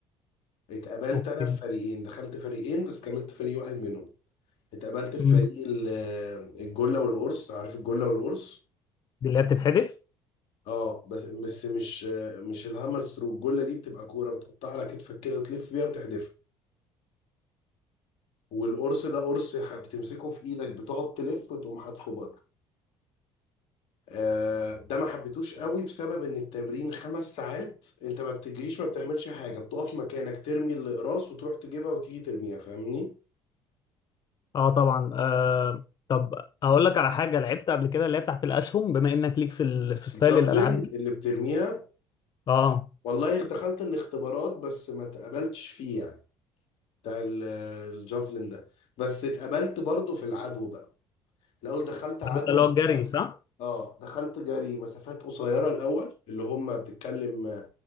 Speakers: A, on the left; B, on the left.
A: اتقبلت
B: اوكي
A: أنا في فريقين دخلت فريقين بس كملت فريق واحد منهم اتقبلت في
B: مم.
A: فريق ال- آه، الجلة والقرص عارف الجلة والقرص
B: دي اللي هي بتتحدف
A: اه بس بس مش مش الهامر ثرو الجلة دي بتبقى كورة بتحطها على كتفك كده وتلف بيها وتحدفها والقرص ده قرص ح- بتمسكه في ايدك بتقعد تلف وتقوم حاطه بره آه، ده ما حبيتوش قوي بسبب ان التمرين خمس ساعات انت ما بتجريش ما بتعملش حاجه بتقف مكانك ترمي الاقراص وتروح تجيبها وتيجي ترميها فاهمني
B: اه طبعا آه طب اقول لك على حاجه لعبت قبل كده اللي هي بتاعت الاسهم بما انك ليك في ال... في ستايل
A: الجافلين
B: الالعاب دي
A: اللي بترميها
B: اه
A: والله دخلت الاختبارات بس ما اتقبلتش فيه يعني بتاع ال- الجافلين ده بس اتقبلت برضه في العدو بقى الاول دخلت عدو
B: ده اللي
A: مسافات
B: هو الجري صح
A: اه دخلت جري مسافات قصيره الاول اللي هم بتتكلم